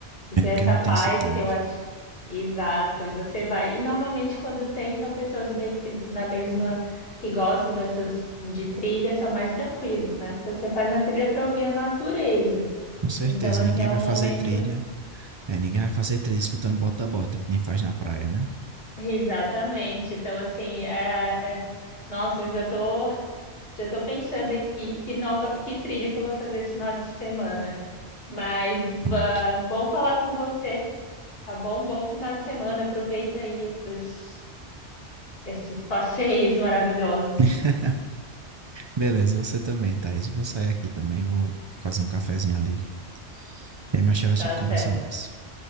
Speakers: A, on the left; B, on the right.
A: Porque
B: É porque
A: essa
B: não
A: paz
B: tem esse povo.
A: que eu acho. Exato, e você vai. E normalmente quando tem, são pessoas bem que na mesma que gostam dessas de trilha, são mais tranquilos, né? Porque você faz a trilha para ouvir a natureza.
B: Com certeza,
A: Então, assim,
B: ninguém
A: é
B: vai
A: um momento.
B: fazer trilha. É, ninguém vai fazer trilha escutando bota-bota, que nem faz na praia, né?
A: <laughs> Exatamente. Então, assim, é, é- nossa, eu já tô, já tô pensando aqui que nova, que trilha que eu vou fazer esse final de semana. Mas va-
B: Pronto.
A: bom falar com você, tá bom? Bom final de semana. Aproveita aí esses, esses passeios maravilhosos.
B: <laughs> Beleza, você também, Thaís. Eu vou sair aqui também, vou fazer um cafezinho ali. E aí mais tarde a
A: Tá
B: gente
A: certo.
B: conversa mais.